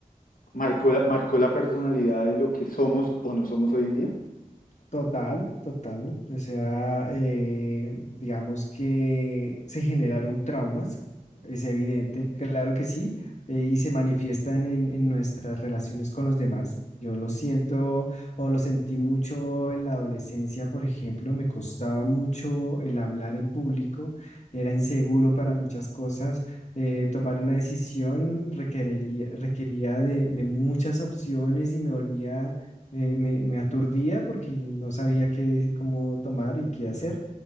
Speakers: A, on the left; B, on the left.
A: marcó la, marcó la personalidad de lo que somos o no somos hoy en día?
B: Total, total. O sea, eh, digamos que se generaron traumas, es evidente, claro que sí, eh, y se manifiestan en, en nuestras relaciones con los demás. Yo lo siento o lo sentí mucho en la adolescencia, por ejemplo, me costaba mucho el hablar en público, era inseguro para muchas cosas. eh, tomar una decisión requeriría, requería de de muchas opciones y me volvía eh, me, me aturdía porque no sabía qué, cómo tomar y qué hacer